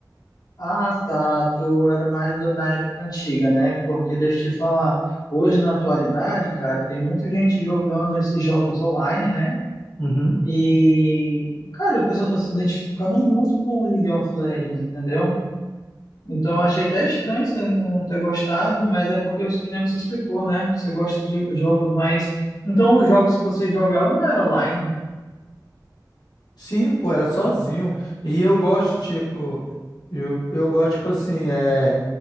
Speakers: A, on the left (about 65°); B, on the left (about 85°).
A: Ah, tá. Tu era mais do- da época antiga, né? Porque deixa eu te falar, hoje na atualidade, cara, tem muita gente jogando esses jogos online, né?
B: Uhum.
A: E, cara, o pessoal tá se identificando muito com o League of Legends, entendeu? Então, eu achei até estranho você não ter gostado, mas é porque, que nem você explicou, né? Você gosta de jogos mais. Então, os jogos que você jogava não eram online.
B: Sim, pô, era sozinho. E eu gosto, tipo, eu, eu gosto, tipo assim, é,